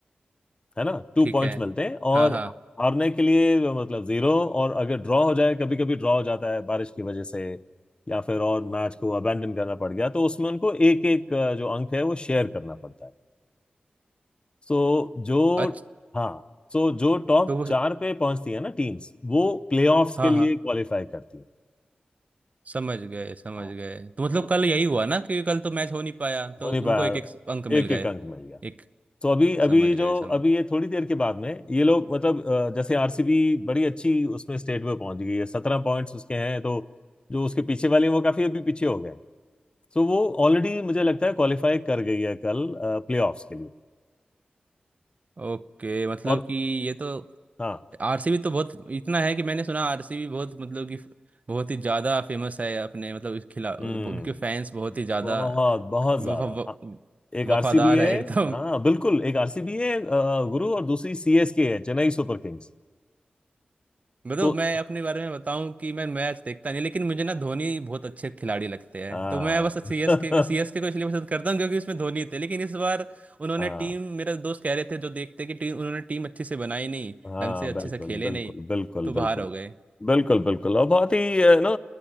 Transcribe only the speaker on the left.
है ना टू
पॉइंट्स
मिलते हैं और
हारने के लिए मतलब जीरो और अगर ड्रॉ हो जाए कभी कभी ड्रॉ हो जाता है बारिश की वजह से या फिर और मैच को अबेंडन करना पड़ गया तो उसमें उनको एक एक जो अंक है वो शेयर करना पड़ता है सो जो
हाँ सो जो टॉप
चार पे पहुंचती है ना टीम्स वो प्लेऑफ्स
के लिए
क्वालिफाई करती है
हाँ
तो
होने पाया
एक
एक
अंक मिल गया
तो अभी अभी
जो
अभी ये थोड़ी देर के बाद में ये लोग मतलब अ, जैसे आरसीबी बड़ी अच्छी उसमें स्टेट में पहुंच गई है सत्रह पॉइंट्स उसके हैं तो जो उसके पीछे वाले हैं, वो काफी अभी पीछे हो गए तो वो ऑलरेडी मुझे लगता है क्वालिफाई कर गई है कल प्लेऑफ्स के लिए
और
हाँ
हम्म
बहुत बहुत
ज्यादा अ, एक आरसीबी
है
हाँ बिल्कुल एक आरसीबी है अ, गुरु और दूसरी सीएसके है चेन्नई सुपर किंग्स
तो
हाँ
<laughs>
हाँ
बिल्कुल
बिल्कुल
बिल्कुल
बिल्कुल
बिल्कुल बिल्कुल और बहुत ही अ, ना